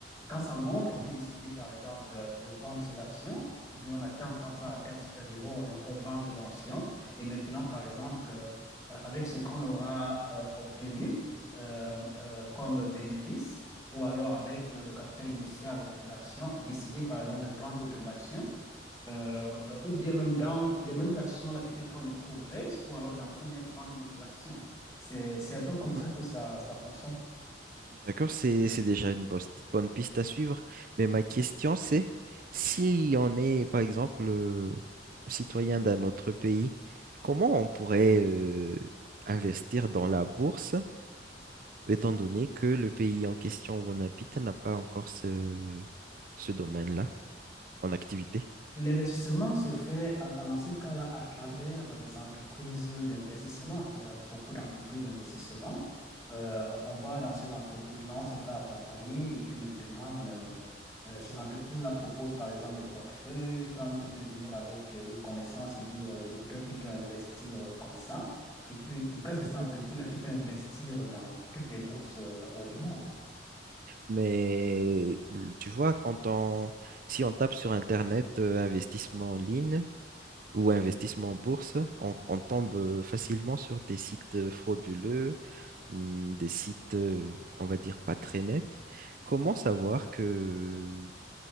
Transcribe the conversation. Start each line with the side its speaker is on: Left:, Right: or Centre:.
Left: Quand ça monte, on peut
Right: mhm,
Left: décider, par exemple, de vendre ces actions, ou bien on attend quand
Right: mhm,
Left: ça atteint un certain niveau et on peut vendre ces actions. Et maintenant, par exemple, euh, avec ce qu'on aura euh, obtenu euh, euh, comme bénéfice, ou alors avec euh, le capital initial de l'action, décider, par exemple, de prendre d'autres actions euh, euh, ou bien même dans les mêmes actions, là, peut-être quand le cours baisse, ou alors dans, ou bien prendre d'autres actions. C'est, c'est un peu comme
Right: mhm,
Left: ça
Right: mhm.
Left: que ça, ça fonctionne.
Right: D'accord, c'est c'est déjà une bos- bonne piste à suivre. Mais ma question, c'est si on est, par exemple, euh, citoyen d'un autre pays, comment on pourrait euh, investir dans la bourse, étant donné que le pays en question où on habite n'a pas encore ce, ce domaine-là en activité?
Left: L'investissement se fait en- en- dans ce cas-là à travers des entreprises d'investissement. Il y a beaucoup d'entreprises d'investissement. Euh, on va dans ces entreprises-là, on se fait accompagner et puis maintenant, euh, euh, ces entreprises-là proposent par exemple des portefeuilles. Toi, tu peux venir avec euh, une connaissance et dire, euh, je voudrais plutôt investir euh, comme ça. Et puis, grâce à ces
Right: Mhm.
Left: entreprises-là, tu peux investir dans toutes les bourses euh, euh, du monde.
Right: Mais euh, tu vois, quand on, si on tape sur Internet euh, investissement en ligne, ou investissement en bourse, on, on tombe euh, facilement sur des sites euh, frauduleux, hum, des sites, euh, on va dire, pas très nets. Comment savoir que